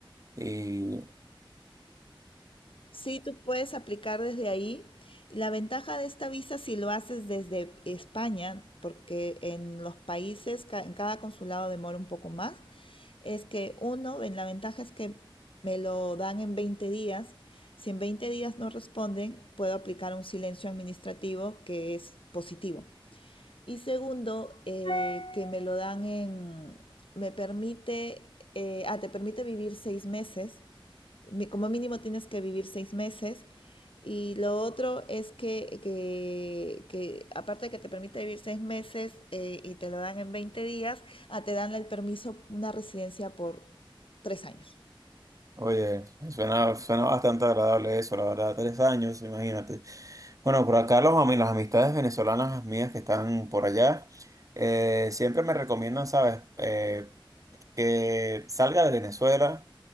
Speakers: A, on the right; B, on the left.
A: y,
B: Sí, tú puedes aplicar desde ahí. La ventaja de esta visa si lo haces desde España, porque en los países, ca- en cada consulado demora un poco más, es que uno, ven, la ventaja es que me lo dan en 20 días. Si en 20 días no responden, puedo aplicar un silencio administrativo que es positivo. Y segundo, eh, que me lo dan en, me permite, eh, ah, te permite vivir seis meses mi- como mínimo tienes que vivir seis meses. Y lo otro es que, que, que aparte de que te permite vivir seis meses eh, y te lo dan en 20 días, ah, te dan el permiso, una residencia por tres años.
A: oye, suena, suena bastante agradable eso, la verdad, tres años, imagínate. Bueno, por acá los, ami- las amistades venezolanas mías que están por allá, eh, siempre me recomiendan, ¿sabes? Eh, que salga de Venezuela,